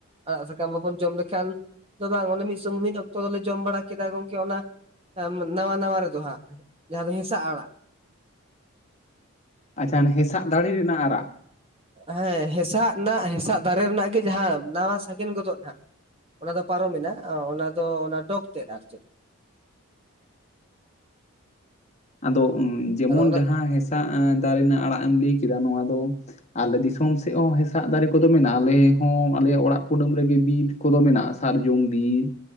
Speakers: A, on the right (about 25°); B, on the left (about 30°).
A: ᱟᱲᱟᱜ ᱥᱟᱠᱟᱢ ᱵᱟᱵᱚᱱ ᱡᱚᱢ ᱞᱮᱠᱷᱟᱱ ᱫᱚ ᱵᱟᱝ ᱚᱱᱮ ᱢᱤᱫ <inaudible> ᱢᱤᱫ ᱚᱠᱛᱚ ᱫᱚᱞᱮ ᱡᱚᱢ ᱵᱟᱲᱟ ᱠᱮᱫᱟ ᱜᱚᱝᱠᱮ ᱚᱱᱟ ᱱᱟᱣᱟ ᱱᱟᱣᱟ ᱨᱮᱫᱚ ᱦᱟᱸᱜ ᱡᱟᱦᱟᱸ ᱫᱚ ᱦᱮᱸᱥᱟᱜ ᱟᱲᱟᱜ
B: ᱟᱪᱪᱷᱟ ᱦᱮᱸᱥᱟᱜ ᱫᱟᱲᱮ ᱨᱮᱱᱟᱜ ᱟᱨᱟᱜ
A: ᱦᱮᱸ ᱦᱮᱸᱥᱟᱜ ᱨᱮᱱᱟᱜ ᱦᱮᱸᱥᱟᱜ ᱫᱟᱨᱮ ᱨᱮᱱᱟᱜ ᱜᱮ ᱡᱟᱦᱟᱸ ᱱᱟᱣᱟ ᱥᱟᱜᱮᱱ ᱜᱚᱫᱚᱜ ᱦᱟᱜ ᱚᱱᱟ ᱫᱚ ᱯᱟᱨᱚᱢᱮᱱᱟ ᱚᱱᱟ ᱫᱚ ᱚᱱᱟ ᱰᱚᱠ ᱛᱮᱫ ᱟᱨ ᱪᱮᱫ
B: ᱟᱫᱚ ᱡᱮᱢᱚᱱ
A: ᱟᱫᱚ ᱚᱱᱟ
B: ᱡᱟᱦᱟᱸ ᱦᱮᱸᱥᱟᱜ ᱫᱟᱨᱮ ᱨᱮᱱᱟᱜ ᱟᱲᱟᱜ ᱮᱢ ᱞᱟᱹᱭ ᱠᱮᱫᱟ ᱱᱚᱣᱟ ᱫᱚ ᱟᱞᱮ ᱫᱤᱥᱚᱢ ᱥᱮᱜ ᱦᱚᱸ ᱦᱮᱥᱟᱜ ᱫᱟᱨᱮ ᱠᱚᱫᱚ ᱢᱮᱱᱟᱜᱼᱟ ᱟᱞᱮ ᱦᱚᱸ ᱟᱞᱮᱭᱟᱜ ᱚᱲᱟᱜ ᱠᱩᱰᱟᱹᱢ ᱨᱮᱜᱮ ᱵᱤᱨ ᱠᱚᱫᱚ ᱢᱮᱱᱟᱜᱼᱟ ᱥᱟᱨᱡᱚᱢ ᱵᱤᱨ